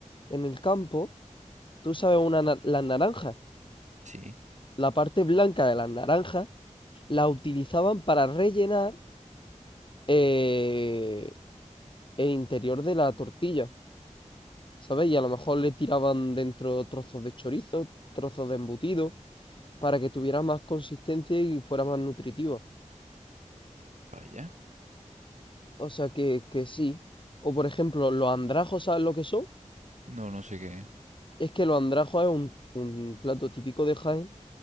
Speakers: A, on the left (about 40°); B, on the right (about 65°).
A: en el campo, tú sabes, una na- las naranjas,
B: sí,
A: la parte blanca de las naranjas, la utilizaban para rellenar eh, el interior de la tortilla, ¿sabes? Y a lo mejor le tiraban dentro trozos de chorizo, trozos de embutido. para que tuviera más consistencia y fuera más nutritiva.
B: vaya.
A: O sea que, que sí. O por ejemplo, los andrajos, ¿sabes lo que son?
B: No, no sé qué.
A: Es que los andrajos es un, un plato típico de Jaén